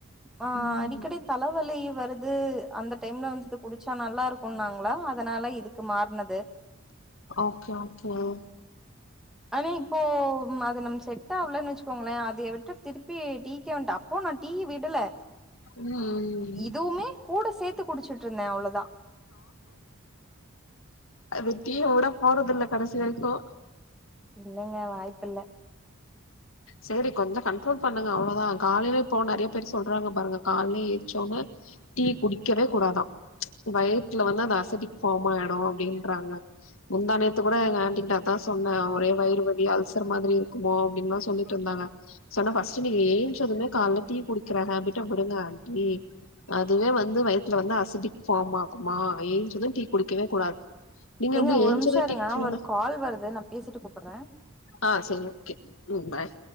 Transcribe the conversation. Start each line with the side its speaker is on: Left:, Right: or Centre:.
Centre: அ
Left: ம்
Centre: அடிக்கடி தலவலி வருது அந்த டைம்ல வந்து இது குடிச்சா நல்லா இருக்குன்னாங்ளா அதனால இதுக்கு மாற்னது
Left: ஓகே ஓகே ஓ
Centre: ஆனா இப்போ அது நம் செட் ஆவலேனு வச்சுக்கோங்களே அதய விட்டு திருப்பி டீக்கே வன்ட்டே அப்போ நா டீ விடல
Left: ம்
Centre: இதுமே கூட சேத்து குடிச்சுட்டிருந்தே அவ்ளோதா
Left: அது டீய உடபோறது இல்ல கடசி வரைக்கு
Centre: இல்லங்க வாய்ப்பில்ல
Left: சேரி கொஞ்சோ கண்ட்ரோல் பண்ணுங்க அவ்ளோதா காலைல இப்போ நெறைய பேர் சொல்றாங்க பாருங்க கால்லே என்ச்சோன டீ குடிக்கவே கூடாதா வயித்துல வந்து அந்த அசிடிக் ஃபார்ம் ஆயிடு அப்டின்றாங்க முந்தா நேத்து கூட எங்க ஆண்ட்டிட்ட அதா சொன்னே ஒரே வயிறு வலி அல்சர் மாதிரி இரு க்குமோ அப்டின்தா சொல்லிட்ருந்தாங்க சொன்னே ஃபஸ்ட்டு நீங்க என்ச்சதுமே கால்ல டீ குடிக்கிற ஹாபிட்ட விடுங்க ஆண்ட்டி அதுவே வந்து வயுத்துல வந்து அசிடிக் ஃபாம் ஆகுமா எய்ன்ச்சுதோ டீ குடிக்கவே கூடாது நீங்க
Centre: ஏங்க
Left: எப்டி
Centre: ஒரு
Left: ஏஞ்சது
Centre: நிம்ஷோ இருங்க
Left: டீ குடிச்சிருவீங்களா
Centre: ஒரு கால் வருது நா பேசீட்டு கூப்பட்ற
Left: ஆ சேரி ஓகே ம் பாய்